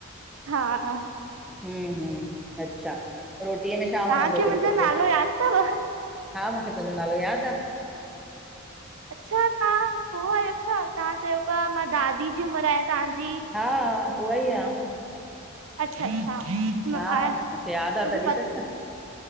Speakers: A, on the right; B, in the centre.
A: हा
B: हूं हूं अच्छा रोटीअ में छा
A: तव्हांखे
B: वणंदो
A: मुंहिंजो
B: तई तोखे?
A: नालो यादि अथव?
B: हा मूंखे तुंहिंजो नालो याद आ।
A: अच्छा तां उहो आहियो छा, तां चयो पिया मां दादी जी उमिर आहियां तांहजी।
B: हा, उहा ई आ।
A: अच्छा अच्छा
B: हा
A: ऐं मूंखे
B: यादि आ तॾहिं
A: पतो
B: त